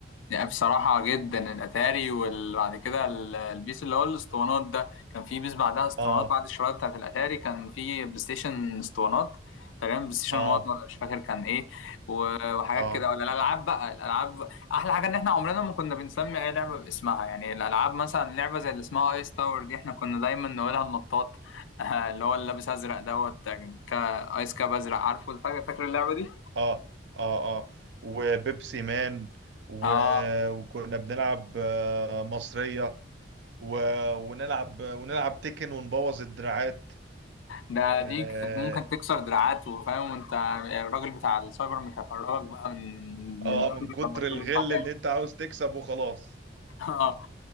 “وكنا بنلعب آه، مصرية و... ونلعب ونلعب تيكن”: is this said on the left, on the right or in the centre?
Right